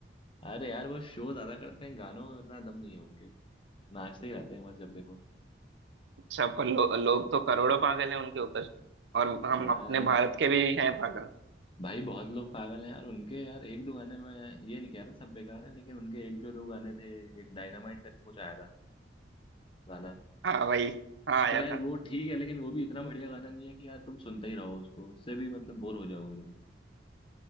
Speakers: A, on the left; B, on the right.
A: अरे यार वो शो ज्यादा करते हैं गानों में उतना दम नहीं है उनके नाचते ही रहते हैं बस जब देखो
B: अच्छा पर लो, लोग तो करोड़ों पागल हैं उनके ऊपर और हम
A: यार
B: अपने भारत के भी हैं पागल
A: भाई बहुत लोग पागल हैं यार उनके यार एक दो गाने में ये नहीं कह रहा सब बेकार है लेकिन उनके एक जो दो गाने थे एक डायनामाइट करके कुछ आया था गाना
B: हाँ भाई हाँ आया
A: तो यार
B: था
A: वो ठीक है लेकिन वो भी इतना बढ़िया गाना नहीं है कि यार तुम सुनते ही रहो उसको उससे भी मतलब बोर हो जाओगे तुम